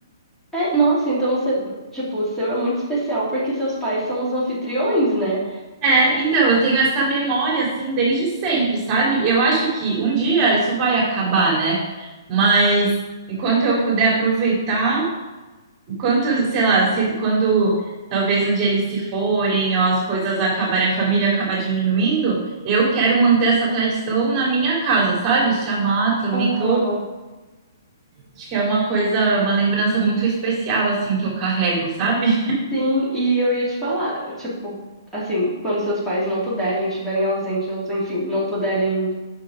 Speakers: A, in the centre; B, on the right (about 25°).
A: É, nossa, então, você, tipo, o seu é muito especial porque seus pais são os anfitriões, né?
B: É, então, eu tenho essa memória assim desde sempre, sabe? Eu acho que um dia isso vai acabar, né? Mas enquanto eu puder aproveitar, enquanto, sei lá, se, quando talvez um dia eles se forem, ou as coisas acabarem, a família acabar diminuindo, eu quero manter essa tradição na minha casa, sabe? Chamar também
A: Aham.
B: todo. Acho que é uma coisa, uma lembrança muito especial, assim, que eu carrego, sabe?
A: Sim, e eu ia te falar, tipo, assim, quando seus pais não puderem, estiverem ausentes, ou enfim, não puderem